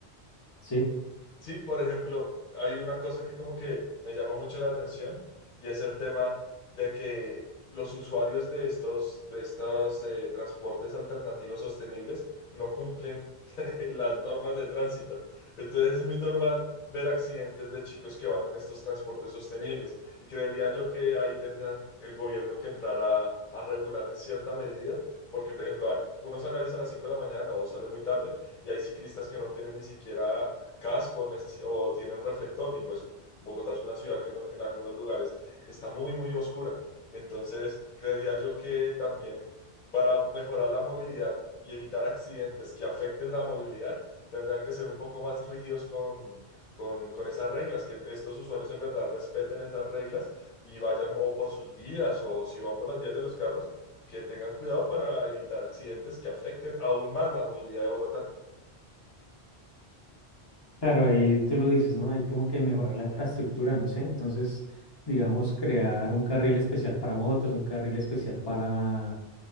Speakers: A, on the left (about 30°); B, on the left (about 50°).
A: sí.
B: Sí, por ejemplo, hay una cosa que como que me llama mucho la atención y es el tema de que los usuarios de estos, de estos eh, transportes alternativos sostenibles no cumplen <laughs> las normas de tránsito. Entonces es muy normal ver accidentes de chicos que van en estos transportes sostenibles y creería yo que ahí tendrán el gobierno que entrar a, a regular en cierta medida, porque por ejemplo, uno sale a veces a las 5 de la mañana o sale muy tarde y hay ciclistas que no tienen ni siquiera casco necesi- o tienen reflector y pues Bogotá es una ciudad que no- en algunos lugares está muy, muy oscura. Entonces, creería yo que también para mejorar la movilidad y evitar accidentes que afecten la movilidad, tendrían que ser un poco más rígidos con, con, con esas reglas, que estos usuarios en verdad respeten esas reglas y vayan o por sus vías o si van por las vías de los carros, que tengan cuidado para evitar accidentes que afecten aún más la movilidad de Bogotá.
A: Claro, ahí tú lo dices, ¿no? Hay como que mejorar la infraestructura, no sé. Entonces, digamos, crear un carril especial para motos, un carril especial para